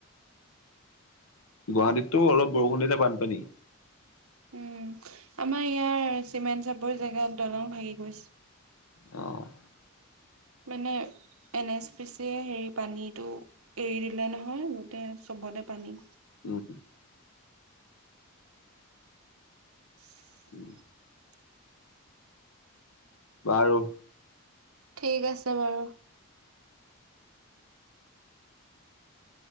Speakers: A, on the left; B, on the right.
A: গুৱাহাটীতটো অলপ বৰষুণ দিলে বানপানী।
B: উম, আমাৰ ইয়াৰ চিমেণ্ট চাপৰি জেগাত দলং ভাগি পৰিছে।
A: অ'।
B: মেনে এন এছ পি চিয়ে হেৰি পানীটো এৰি দিলে নহয়, গোটেই চবতে পানী।
A: অ'।
B: <inaudible>
A: উম, বাৰু
B: ঠিক আছে বাৰু।